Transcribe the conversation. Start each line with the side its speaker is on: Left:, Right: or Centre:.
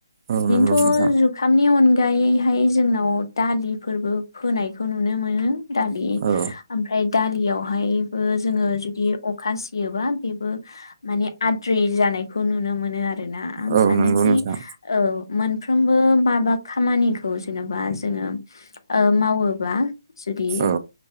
Right: औ नंगौ
Left: थ'
Right: नोंथां
Left: जुखामनि अनगायैहाय जोंनाव दालिफोरबो फोनायखौ नु नुनो मोनो दालि
Right: औ
Left: ओमफ्राय दालियावहायबो जोङो जुदि अखा सियोबा बेबो माने आद्रि जानायखौ नुनो मोनो आरो आरोना आं
Right: औ
Left: सानोखि
Right: नंगौ नोंथां
Left: औ मोनफ्रोमबो माबा खामानिखौ जेनेबा जोङो ओ मावोबा जुदि
Right: औ